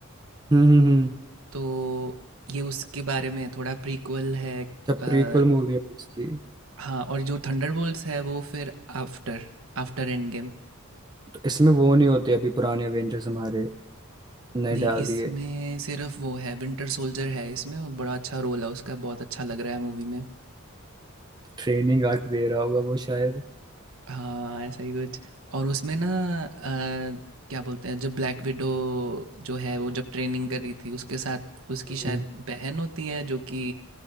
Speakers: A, on the right; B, on the right.
A: हम्म हम्म हम्म
B: तो ये उसके बारे में है, थोड़ा प्रीक्वल है
A: जब
B: अ,
A: प्रीक्वल मूवी है उसकी
B: हाँ और जो थंडरबोल्ट्स है वो फिर आफ्टर आफ्टर एंड गेम
A: तो इसमें वो नहीं होते अभी पुराने एवेंजर्स हमारे नहीं
B: नहीं
A: डाली
B: इसमें
A: है
B: सिर्फ वो है विंटर सोल्जर है इसमें वो बड़ा अच्छा रोल है उसका बहुत अच्छा लग रहा है मूवी में
A: ट्रेनिंग आर्क दे रहा होगा वो शायद
B: हाँ ऐसा ही कुछ और उसमें ना अ, क्या बोलते हैं जब ब्लैक विडो जो है वो जब ट्रेनिंग कर रही थी उसके साथ उसकी शायद
A: हम्म।
B: बहन होती है जो कि